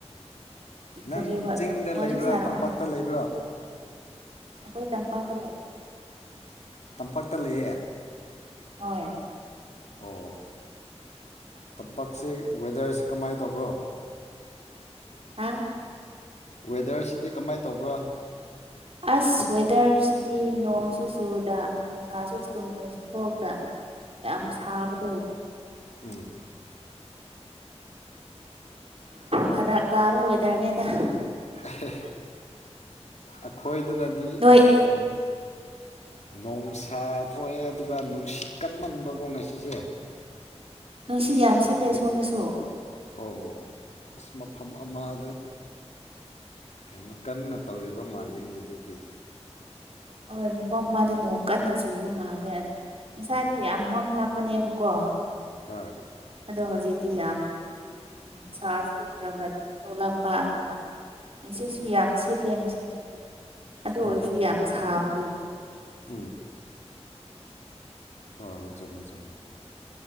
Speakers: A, on the left; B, on the right.
A: ꯅꯪ
B: ꯀꯔꯤ ꯋꯥ
A: ꯆꯤꯡꯗ
B: ꯋꯥꯔꯤ
A: ꯂꯩꯕ꯭ꯔꯥ
B: ꯁꯥꯔꯛꯑꯣꯅꯦ
A: ꯇꯝꯄꯥꯛꯇ ꯂꯩꯕ꯭ꯔꯥ
B: ꯑꯩꯈꯣꯏ ꯇꯝꯄꯥꯛꯗ ꯂꯩ
A: ꯇꯝꯄꯥꯛꯇ ꯂꯩꯌꯦꯦ
B: ꯍꯣꯏ
A: ꯑꯣ ꯇꯝꯄꯥꯛꯁꯦ ꯋꯦꯗꯔꯁꯦ ꯀꯃꯥꯏꯅ ꯇꯧꯕ꯭ꯔꯣ
B: ꯍꯥꯥ
A: ꯋꯦꯗꯔꯁꯤꯗꯤ ꯀꯃꯥꯏꯅ ꯇꯧꯕ꯭ꯔꯥ
B: ꯑꯁ ꯋꯦꯗꯔꯁꯤꯗꯤ ꯅꯣꯡꯁꯨ ꯆꯨꯗ ꯅꯣꯡꯁꯥꯁꯨ ꯆꯨ ꯏꯁ ꯊꯣꯛꯇ ꯌꯥꯝ ꯁꯥꯕꯗꯣ
A: ꯎꯝ
B: ꯐꯔꯛ ꯇꯥꯕ ꯋꯦꯗꯔꯅꯦꯗ
A: ꯑꯦꯍꯦ ꯑꯈꯣꯏꯗꯅꯗꯤ
B: ꯅꯣꯏ
A: ꯑꯁ ꯅꯣꯡꯁꯥ ꯊꯣꯛꯑꯦ ꯑꯗꯨꯒ ꯁꯤꯠ ꯀꯟꯃꯟꯕꯀꯣ ꯉꯁꯤꯁꯦ
B: ꯅꯨꯡꯁꯤ ꯌꯥꯝ ꯁꯤꯠꯂꯦ ꯁꯣꯝꯅꯁꯨ
A: ꯑꯣ ꯑꯣ ꯑꯣ ꯑꯁ ꯃꯐꯝ ꯑꯃꯗ ꯀꯩꯅꯣ ꯀꯟꯅ ꯇꯧꯔꯤꯕ ꯃꯥꯜꯂꯤꯅꯦ ꯑꯗꯨꯗꯤ
B: ꯍꯣꯏ ꯃꯐꯝ ꯑꯃꯗ ꯅꯣꯡ ꯀꯟꯅ ꯆꯨꯕ ꯃꯥꯜꯂꯦ ꯑꯗꯣ ꯉꯁꯥꯏꯗꯣ ꯌꯥꯝ ꯃꯝ ꯂꯥꯛꯄꯅꯦꯕꯀꯣ
A: ꯍꯣꯏ
B: ꯑꯗꯣ ꯍꯧꯖꯤꯛꯇꯤ ꯌꯥꯝ ꯅꯨꯡꯁꯥꯁꯨ ꯈ꯭ꯔ ꯈꯔ ꯑꯗꯨꯝ ꯊꯣꯛꯂꯛꯄ ꯑꯗꯨꯒ ꯉꯁꯤꯠꯁꯨ ꯌꯥꯝ ꯁꯤꯠꯂꯦ ꯉꯁꯤꯁꯦ ꯑꯗꯨ ꯑꯣꯏꯔꯁꯨ
A: ꯍꯣꯏ
B: ꯌꯥꯝ ꯁꯥꯕꯗꯣ
A: ꯎꯝ ꯍꯣꯏ ꯍꯣꯢ ꯆꯨꯝꯃꯦ ꯆꯨꯝꯃꯦ